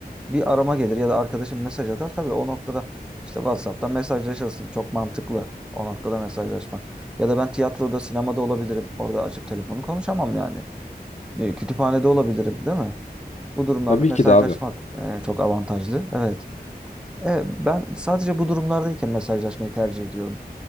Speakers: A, in the centre; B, on the left (about 45°).
A: Bir arama gelir ya da arkadaşım mesaj atar. Tabii o noktada işte WhatsApp'ta mesajlaşırsın. Çok mantıklı o noktada mesajlaşmak. Ya da ben tiyatroda, sinemada olabilirim. Orada açıp telefonu konuşamam yani. E, Kütüphanede olabilirim, değil mi? Bu durumlarda
B: Tabii
A: mesajlaşmak
B: ki de abi.
A: e, çok avantajlı. Evet. E, ben sadece bu durumlardayken mesajlaşmayı tercih ediyorum.